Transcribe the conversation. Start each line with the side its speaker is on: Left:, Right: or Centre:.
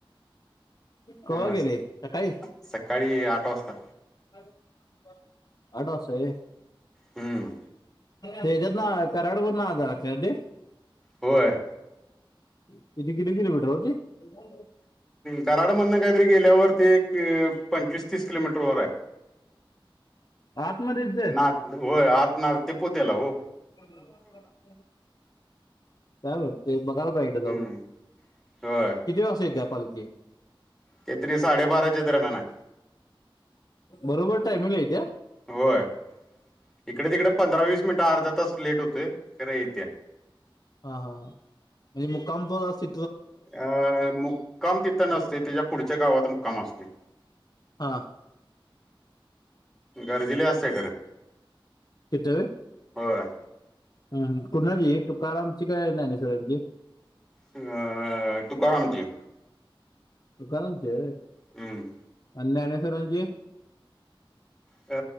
Left: कव्हा
Centre: हा
Left: गेलंय
Centre: असं
Left: सकाळी.
Centre: सकाळी आठ वाजता.
Left: आठ वाजता व्हय.
Centre: हम्म
Left: हेज्यातन कराड वरण आत जायला लागतंय काय ते,
Centre: होय.
Left: इथं किती किलोमीटर ओ ते, <unintelligible>
Centre: कराडमधन कायतरी गेल्यावर ते, एक पंचवीस तीस किलोमीटर वर आहे.
Left: आत मध्येच ये.
Centre: नात होय, आतन आत ते पुत्याला ओ.
Left: <unintelligible> काय माहित ते बघायला पाहिेजे, एकदा
Centre: हम्म
Left: जाऊन
Centre: होय
Left: किती वाजता येत्या पालखी.
Centre: ते तरी साडेबाराच्या दरम्यान आय.
Left: बरोबर टाईमिंगला येत्या.
Centre: होय, इकडे तिकडे पंधरा वीस मिनिट अर्धा तास लेट होतोय खरं येत्या.
Left: हा हा म्हणजे मुक्काप असं.
Centre: अ मुक्काम तिथं नसते, त्यांच्या पुढच्या गावात मुक्काम असतय.
Left: आ..
Centre: गर्दीले असते खरं
Left: कुठं.
Centre: होय.
Left: हम. कुणाची, तुकारामची काय ज्ञानेश्वरांची.
Centre: अ तुकारामची.
Left: तुकारामांची हाय होय.
Centre: हम्म.
Left: आणि ज्ञानेश्वरांची.
Centre: अ...